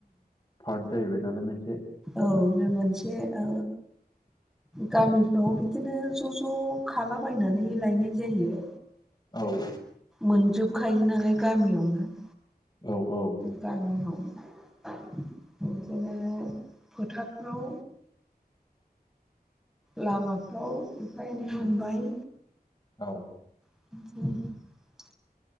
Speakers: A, on the left (about 25°); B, in the centre.
A: पार्ट जाहैबाय नालाय मोनसे
B: औ बे मोनसे औ गामिफ्राव बिदिनो ज' ज' खालाबायनानै लायनाय जायो
A: औ
B: मोनजोबखायो नालाय गामियावनो
A: औ औ
B: गामियाव बिदिनो फोथारफ्राव लामाफ्राव एफा एनै
A: उम
B: मोनबाय
A: औ
B: <inaudible>